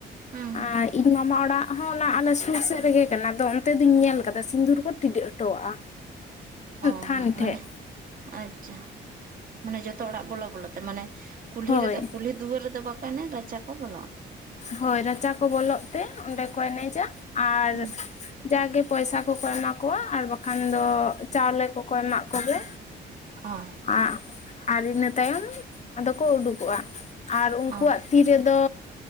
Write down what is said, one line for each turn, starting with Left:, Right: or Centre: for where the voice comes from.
Right: ᱦᱮᱸ ᱦᱮᱸ
Left: ᱟᱨ ᱤᱧ ᱢᱟᱢᱟ ᱚᱲᱟᱜ ᱦᱚᱸ ᱚᱱᱟ ᱟᱞᱮ ᱥᱩᱨ ᱥᱮᱫ ᱨᱮᱜᱮ ᱠᱟᱱᱟ ᱟᱫᱚ ᱚᱱᱛᱮ ᱫᱚᱧ ᱧᱮᱞ ᱠᱟᱫᱟ, ᱥᱤᱸᱫᱩᱨ ᱠᱚ ᱴᱤᱰᱟᱹᱜ ᱦᱚᱴᱚᱣᱟᱜᱼᱟ᱾ <inaudible>
Right: ᱚ
Left: ᱛᱷᱟᱱ ᱴᱷᱮᱡ
Right: ᱢᱟᱱᱮ ᱟᱪᱪᱷᱟ ᱢᱟᱱᱮ ᱡᱷᱚᱛᱚ ᱚᱲᱟᱜ ᱵᱚᱞᱚ ᱵᱚᱞᱚ ᱛᱮ ᱾ ᱢᱟᱱᱮ ᱠᱩᱞᱦᱤ
Left: ᱦᱳᱭ
Right: ᱨᱮᱫᱚ ᱠᱩᱞᱦᱤ ᱫᱩᱣᱟᱹᱨ ᱨᱮᱫᱚ ᱵᱟᱠᱚ ᱮᱱᱮᱡ ᱨᱟᱪᱟ ᱠᱚ ᱵᱚᱞᱚᱜᱼᱟ ᱾
Left: ᱦᱳᱭ ᱨᱟᱪᱟ ᱠᱚ ᱵᱚᱞᱚᱜ ᱛᱮ ᱚᱸᱰᱮ ᱠᱚ ᱮᱱᱮᱡᱟ, ᱟᱨ
Right: ᱚ
Left: ᱡᱟᱜᱮ ᱯᱚᱭᱥᱟ ᱠᱚᱠᱚ ᱮᱢᱟ ᱠᱚᱣᱟ ᱟᱨ ᱵᱟᱠᱷᱟᱱ ᱫᱚ ᱪᱟᱣᱞᱮ ᱠᱚᱠᱚ ᱮᱢᱟᱜ ᱠᱚᱜᱮ᱾
Right: ᱚᱜ
Left: ᱟᱜ ᱟᱨ ᱤᱱᱟᱹ ᱛᱟᱭᱚᱢ ᱟᱫᱚ ᱠᱚ ᱩᱰᱩᱠᱚᱜᱼᱟ, ᱟᱨ ᱩᱱᱠᱩᱣᱟᱜ
Right: ᱚ
Left: ᱛᱤ ᱨᱮᱫᱚ